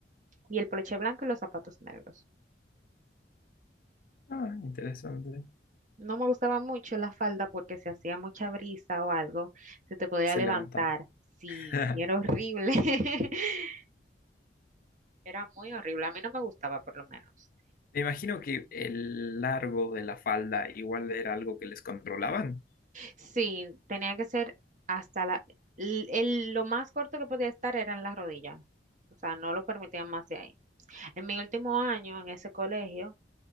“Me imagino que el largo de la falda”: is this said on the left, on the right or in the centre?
Left